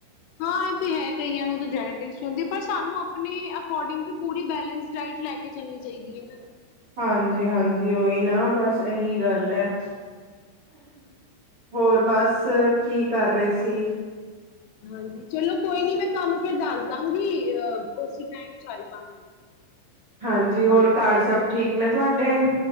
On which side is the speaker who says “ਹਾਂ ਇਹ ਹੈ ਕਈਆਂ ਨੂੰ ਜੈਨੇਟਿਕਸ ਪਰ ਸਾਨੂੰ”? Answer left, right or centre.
Left